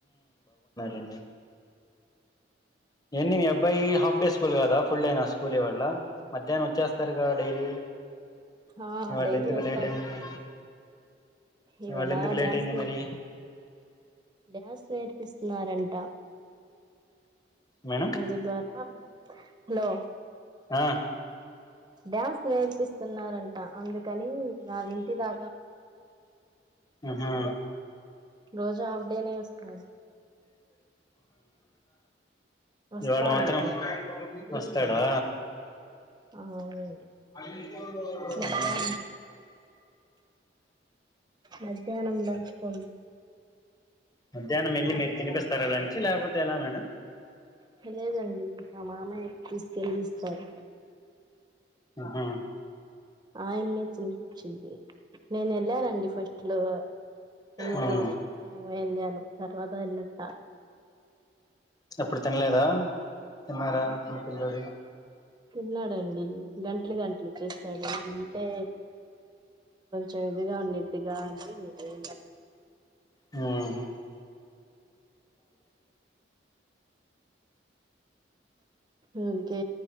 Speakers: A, on the left (about 20°); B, on the right (about 25°).
A: ఏండి ఎండి మీ అబ్బాయి హాఫ్ డే స్కూల్ కదా ఫుల్ డే నా స్కూల్ ఇవాళ్ళ మధ్యాహ్నం వచ్చేస్తారుగా డైలీ
B: ఆ
A: ఇవాళ
B: డైలీ
A: ఎందుకు
B: వస్తాడండి
A: లేట్ అయింది
B: ఇవాల
A: ఇవాళ ఎందుకు లేట్
B: డ్యాన్స్
A: అయింది
B: క్లా
A: మరి
B: డ్యాన్స్ నేర్పిస్తున్నారంట
A: మేడం
B: ముందు ద్వారా హలో
A: ఆ
B: డ్యాన్స్ నేర్పిస్తున్నారంట అందుకని వాళ్ళ ఇంటి దాకా
A: ఆహా
B: రోజు ఆఫ్ డేనే వస్తాడు వస్తాడు
A: ఇవాళ మాత్రం
B: ఇప్పుడు
A: వస్తాడా
B: ఆ అవునండి
A: ఉహు
B: మధ్యాహ్నం మధ్యాహ్నం లంచ్ కో
A: మధ్యాహ్నం వెళ్ళి మీరు తినిపిస్తారా లంచ్ లేపోతే ఎలా మేడం
B: హ లేదండి మామయ్యాకి తీసుకెళ్లిస్తారు
A: ఆహా
B: ఆయనే తినిపించింది నేన వెళ్ళానండి ఫస్ట్ లో మూడు
A: ఉమ్
B: రోజులుమో వెళ్ళాను తర్వాత వెళ్ళట
A: ఎప్పుడు తినలేదా తిన్నారా మీ పిల్లుడి
B: తిన్నాడండి గంటలు గంటలు చేస్తాడు ఉంటే చేదుగా ఉన్నట్టుగా అని
A: హమ్
B: ఉమ్ కీ